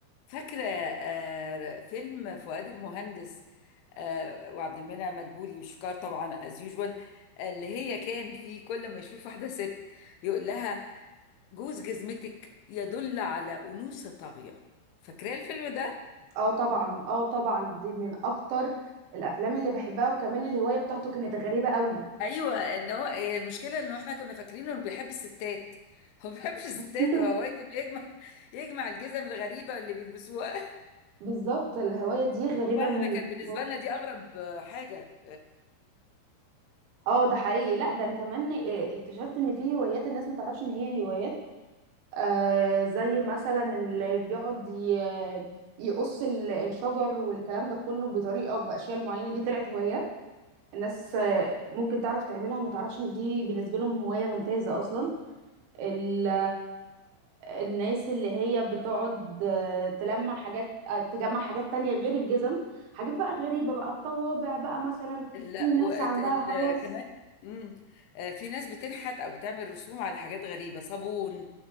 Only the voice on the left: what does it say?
فاكرة آه، فيلم فؤاد المهندس آه، وعبد المنعم مدبولي وشكار طبعا از يوجوال اللي هي كان فيه كل ما يشوف واحدة ست يقول لها جوز جزمتك يدل على أنوثة طاغية فاكرة الفيلم ده؟
ايوه ان هو هي المشكلة انه احنا كنا فاكرينه انه بيحب الستات <laughs> هو ما بيحبش الستات
هو هوايته انه يجمع يجمع الجزم الغريبة اللي بيلبسوها <laughs>
واحنا
كان بالنسبة
لنا دي اغرب حاجة
لا
وقت
ال...
كمان امم آه في ناس بتنحت او بتعمل رسوم على حاجات غريبه صابون